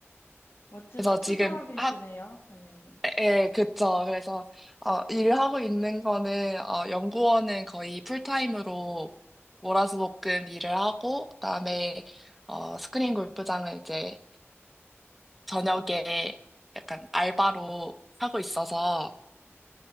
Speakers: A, on the left; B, in the centre.
A: 멋지다.
B: 그래서
A: 투잡이시네요.
B: 지금 하,
A: 네.
B: 예, 그쵸. 그래서, 어, 일하고 있는 거는, 어, 연구원은 거의 풀타임으로 월화수목금 일을 하고, 그다음에, 어, 스크린 골프장을 이제 저녁에 약간 알바로 하고 있어서,